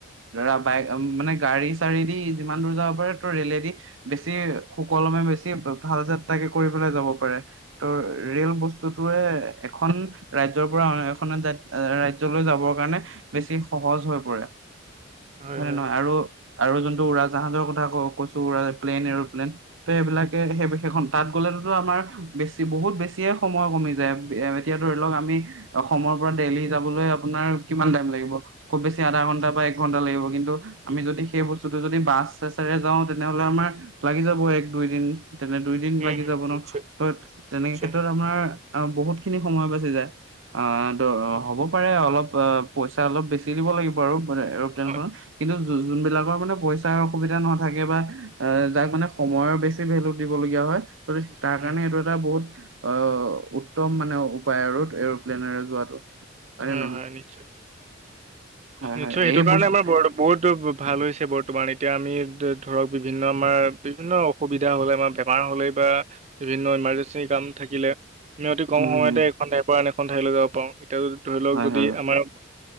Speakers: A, on the right; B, on the right.
A: অ বাইক মানে গাড়ী চাৰী দি <unintelligible> ইমান দূৰ যাব পাৰে ত' ৰেলেদি বেছি সুকলমে বেছি ভাল যাত্ৰাকে কৰি পেলাই যাব পাৰে ত' ৰেল বস্তুতোয়ে এখন ৰাজ্যৰ পৰা এখনে যাত এ ৰাজ্য ৰাজ্যলৈ যাবৰ কাৰণে বেছি সহজ হৈ পৰে
B: হয়
A: হয়নে
B: হয়
A: নহয় আৰু আৰু যোনটো উৰা জাহাজৰ কথা ক কৈছো প্লেন এৰ'প্লেইন ত' সেইবিলাকে সেই সেইখন তাত গ'লেতো আমাৰ বেছি বহুত বেছিয়ে সময় কমি যায় এতিয়া ধৰি লওক আমি অসমৰ পৰা দেলহি যাবলৈ আপোনাৰ কিমান টাইম লাগিব খুব বেছি আধাঘণ্টা বা একঘণ্টা লাগিব কিন্তু আমি যদি সেই বস্তুটো যদি বা আছে চৰে যাওঁ তেনেহলে, আমাৰ লাগি যাব এক দুই দিন। তেনে দুই দিন লাগি
B: উম
A: যাব
B: নিশ্চয়
A: ন। ত তেনেকে
B: নিশ্চয়
A: ক্ষেত্ৰত আপোনাৰ বহুত খিনি সময় বাচি যায়। অ দ
B: উম
A: হ'ব পাৰে অলপ অ পইচা অলপ বেছি দিব লাগিব আৰু কোনে এৰপ্লেনখনত
B: হয়
A: কিন্তু যোনবিলাকৰ
B: হয়
A: মানে পইচা তাৰ অসুবিধা নাথাকে বা যাক মানে সময়ৰ বেছি ভেলু দিবলগীয়া হয় তাৰ
B: উম
A: কাৰণে এইটো এটা বহুত অ' উত্তম মানে উপায় ৰ এৰোপ্লেনেৰে যোৱাটো হয়ে
B: হয়
A: নহয়।
B: হয় নিশ্চয়,
A: হয়
B: নিশ্চয়,
A: হয়
B: সেইটো
A: এই
B: কাৰণে
A: বস্তু
B: আমাৰ ব বহুত ভাল হৈছে বৰ তোমাৰ এতিয়া আমি ধৰক বিভিন্ন আমাৰ বিভিন্ন অসুবিধা হলে আমাৰ বেমাৰ হলেই বা বিভিন্ন ইমাৰ্জেঞ্চি কাম থাকিলে আমি অতি কম
A: উম
B: সময়তে এখন ঠাইৰ পৰা আন এখন ঠাইলৈ যাব পাৰোঁ এতিয়া ধৰি লওক
A: হয়
B: যদি
A: হয়
B: আমাৰ